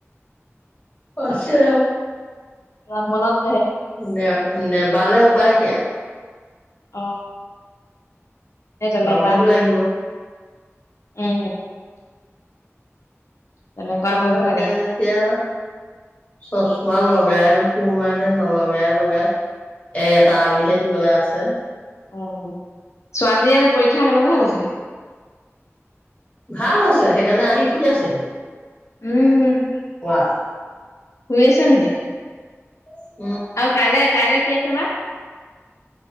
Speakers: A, on the left; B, on the left.
A: পছে
B: ৰহনত
A: ন নে বালে উপায় কিয়
B: অ সেই তেনেকুৱা
A: বাবৈটো লাগিব। <unintelligible>
B: উম তেনেকুৱা
A: আমাৰ
B: কৰিব লাগে
A: তেওঁ এতিয়া চচমা লগ লগাই সু মানে নলগাই লগাই এটা আলিহে দিবলৈ আছে। ছ <unintelligible>
B: অ ছোৱালীয়ে পৰীক্ষা কেনেকুৱা হল আজি
A: ভাল হৈছে সেইকাৰণে আহি শুই আছেহি। কোৱা
B: উম শুই আছা নেকি?
A: <inaudible>
B: অ কাইলৈ কাইলে কি আছে বা